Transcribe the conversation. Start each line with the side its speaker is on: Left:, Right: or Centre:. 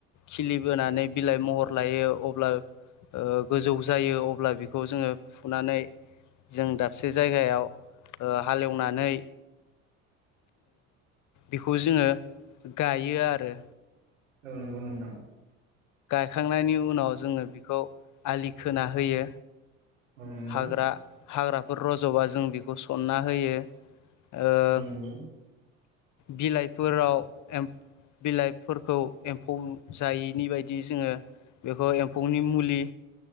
Left: खिलि बोनानै बिलाइ महर लायो। अब्ला गोजौ जायो अब्ला बेखौ जोङो फुनानै। जों दाबसे जायगायाव हालेवनानै। बेखौ जोङो गायो आरो‌।
Right: औ नंगौ नोंथां।
Left: फोखांनायनि उनाव जोङो बेखौ आलि खोना होयो।
Right: औ नंगौ
Left: हाग्रा हाग्राफोर रज'बा जों बेखौ सनना होयो। ओ
Right: औ नंगौ।
Left: बिलाइफोराव एम्फौ। बिलाइफोरखौ एम्फौ जायैनि बायदि जोङो। बेखौ एम्फौनि मुलि